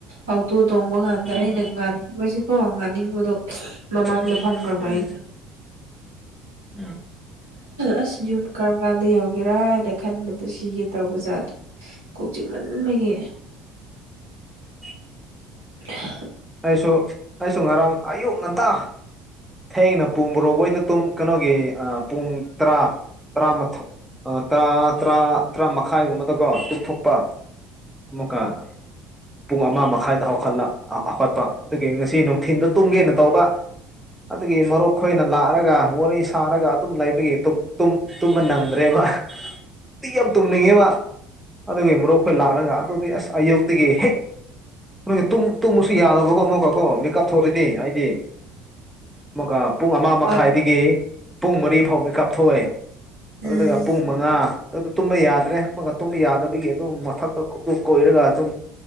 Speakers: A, on the right; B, in the centre.
A: ꯑꯣꯇꯣ ꯇꯣꯡꯕ ꯀꯥꯟꯗ
B: ꯎꯝ
A: ꯑꯩꯅ ꯃꯣꯏꯁꯤꯀꯣ ꯉꯥꯅꯤꯡꯕꯗꯣ ꯃꯃꯥꯡꯗ
B: ꯎꯝ
A: ꯐꯪꯈ꯭ꯔꯕ
B: ꯎꯝ
A: ꯑꯩꯗꯣ
B: ꯎꯝ
A: ꯑꯁ ꯌꯨꯝ ꯀ ꯀꯀꯥꯟꯗ ꯌꯧꯒꯦꯔꯥ ꯍꯥꯏꯅ ꯈꯟꯕꯗ ꯁꯤꯒꯦ ꯇꯧꯕ ꯖꯥꯠꯅꯤ ꯀꯣꯛꯆꯤꯡꯃꯟꯕꯒꯤ
B: ꯎꯝ
A: <inaudible> <inaudible>
B: ꯑꯩꯁꯨ ꯑꯩꯁꯨ ꯉꯔꯥꯡ ꯑꯌꯨꯛ ꯉꯟꯇꯥ ꯊꯦꯡꯅ ꯄꯨꯡ ꯣꯔꯣꯛ ꯍꯩꯗ ꯇꯨꯝ ꯀꯩꯅꯣꯒꯤ ꯄꯨꯡ ꯇꯔꯥ ꯇꯔꯥꯊ ꯇꯔꯥ ꯇꯔꯥ ꯇꯔꯥ ꯃꯈꯥꯏꯒꯨꯝꯕꯗꯀꯣ ꯆꯨꯝꯊꯣꯛ ꯂꯨꯄꯥ ꯑꯃꯨꯛꯀ ꯄꯨꯡ ꯑꯃ ꯃꯈꯥꯏꯗ ꯍꯧꯈꯠꯂꯠ ꯀ ꯑꯗꯨꯒꯤ ꯉꯁꯤ ꯅꯨꯡꯊꯤꯜꯗ ꯇꯨꯝꯒꯦꯅ ꯇꯧꯕ ꯑꯗꯨꯒꯤ ꯃꯔꯨꯞꯣꯏꯅ ꯂꯥꯛꯑꯒ ꯋꯥꯔꯤ ꯁꯥꯔꯒ ꯑꯗꯨꯝ ꯂꯩꯕꯒꯤ ꯇꯨꯝꯕ ꯅꯪꯗ꯭ꯔꯦꯕ ꯤ ꯌꯥꯝ ꯇꯨꯝꯅꯤꯡꯉꯦ ꯃꯥ ꯑꯗꯨꯒꯤ ꯃꯔꯣꯛ ꯑꯩꯈꯣꯏ ꯂꯥꯛꯂꯒ ꯑꯗꯨꯗꯤ ꯑꯁ ꯑꯌꯨꯛꯇꯒꯤ ꯍꯦꯛ ꯅ ꯇꯨꯝꯕꯁꯨ ꯌꯥꯅꯕꯀꯣ ꯑꯃꯨꯛꯀꯀꯣ ꯃꯦꯀꯞ ꯊꯧꯔꯗꯤ ꯍꯥꯏꯗꯤ ꯑꯃꯨꯀ ꯄꯨꯡ ꯑꯃ
A: ꯍꯣꯏ
B: ꯃꯈꯥꯏꯗꯒꯤ ꯄꯨꯡ ꯃꯔꯤ ꯐꯥꯎꯕ ꯀꯥꯞꯊꯣꯛꯑꯦ
A: ꯎꯝ
B: ꯑꯗꯨꯒ ꯄꯨꯡ ꯃꯉꯥ ꯑꯗꯨ ꯇꯨꯝꯕ ꯌꯥꯗ꯭ꯔꯦ ꯑꯃꯒ ꯇꯨꯝꯕ ꯌꯥꯗꯕꯒꯤ ꯑꯗꯨꯝ ꯃꯊꯛꯇ ꯀꯣꯏꯔꯒ ꯑꯗꯨꯝ